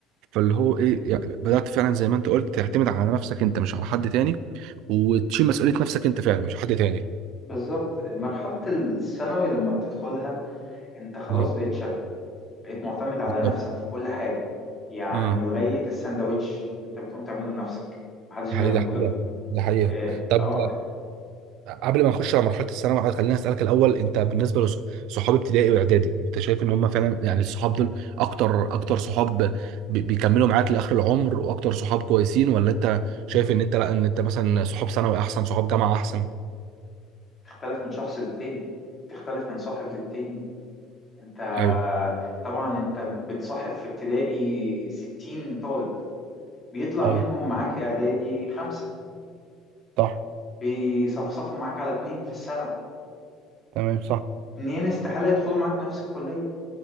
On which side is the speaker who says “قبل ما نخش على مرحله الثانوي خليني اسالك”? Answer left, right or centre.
Right